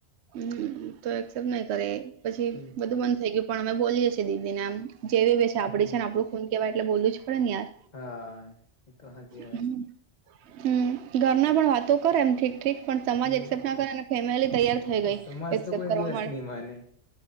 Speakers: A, on the right; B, on the left.
A: હમ્મ, તો એક્સેપ્ટ નહી કરે, પછી
B: હમ
A: બધું બંધ થઈ ગયું, પણ અમે બોલીએ છે. તે દીવી ને આમ, જેવી બી છે, આપડી
B: હમ
A: છે ને, આપડું ખુન કહેવાય એટલે બોલુંજ પન યાર,
B: હા એ તો હાચી વાત
A: હમ્મ હમ્મ, ઘર મા પણ વાતો કરે, એમ ઠીક ઠીક, પણ સમાજ
B: હમ
A: એક્સેપ્ટ ના કરે, અને ફેમિલી તૈયાર થ થઇ ગઈ
B: સમાજ
A: એકસેપ
B: તો કોઈ
A: કરવા,
B: દિવસ નહી માને